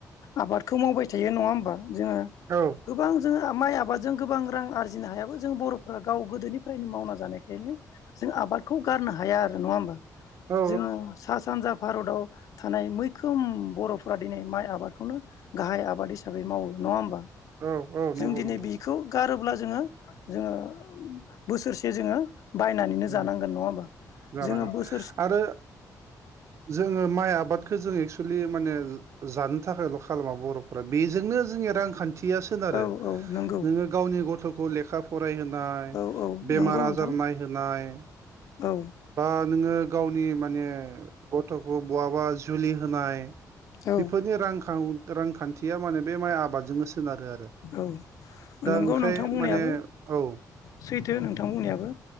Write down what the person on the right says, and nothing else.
औ
औ
औ - औ
नंगौ-नंगौ
।
उम
जानांगोन
आरो जोङो माइ आबादखौ जोङो एस एक्सलि माने जानो थाखायल' खालामा बर'फोरा बेजोंनो जोंनिया रांखान्थि या सोनारो
नोङो गावनि गथ'खौ लेखा फ राय होनाय
बेमार
आजार
नायसोमनाय
बा नोङो गाव नि माने गथ'खौ बहाबा जुलि होनाय
बेफोरनि रांखां रांखान्थि खाथिया माने बे माइ आबादजोंनो सोनारो आरो
दा ओंखाय
माने औ ।